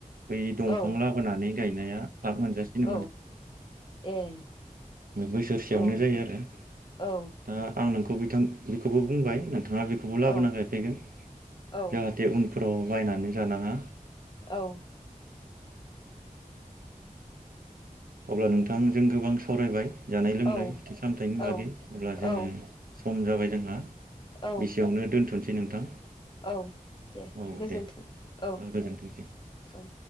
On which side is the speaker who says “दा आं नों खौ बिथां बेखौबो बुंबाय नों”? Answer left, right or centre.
Right